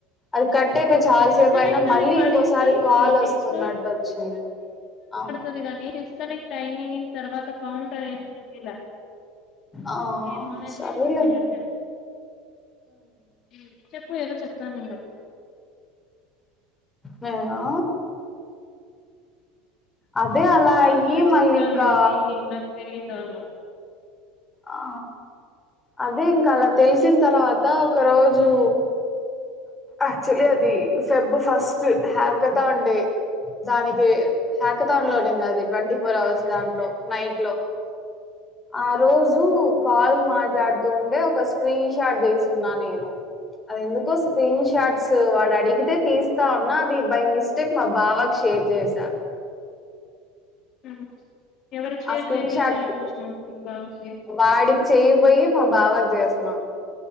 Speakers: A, on the left; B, on the left.
A: అది కట్ అయిపోయి చాలాసేపు
B: డిస్కనెక్ట్
A: అయినా మళ్ళీ
B: అని పడింది
A: ఇంకోసారి కాల్ వస్తున్నట్టు
B: నెక్స్ట్
A: వచ్చింది ఆ
B: కాని డిస్కనెక్ట్ అయ్యి తర్వాత కౌంటర్ ఏ ఇలా
A: ఆ
B: ఎమోలే
A: సరేలే
B: అని చెప్పి సైలెంట్ అయి హ్మ్ చెప్పు ఏదో చెప్తానన్నావ్?
A: నేనా అదే అలా అయ్యి
B: ఆ పిల్ల చెప్తా
A: మళ్ళీ ఇంకా
B: అనింది నాకు తెలీదు డోంట్నో
A: ఆ అదే ఇంకా అలా తెలిసిన తర్వాత ఒక రోజు ఆక్చువలి అది ఫెబ్ ఫస్ట్ హ్యాకతా అండి. దానికి హ్యాకతాన్ లోనింది అది ట్వంటీ ఫోర్ అవర్స్ దాంట్లో నైట్లో ఆ రోజు కాల్ మాట్లాడుతూ ఉంటే ఒక స్క్రీన్ షాట్ తీసున్నా నేను అది ఎందుకో స్క్రీన్ షాట్స్ వాడు అడిగితే తీస్తా అన్నా అది బై మిస్టేక్ మా బావకి షేర్ చేసా
B: ఉమ్ ఎవరికి షేర్
A: ఆ స్క్రీన్
B: చేయబోయి
A: షాట్
B: షేర్ చేసినావు మీ బావ కి
A: వాడికి చేయ్యబోయి మా బావకి చేస్నా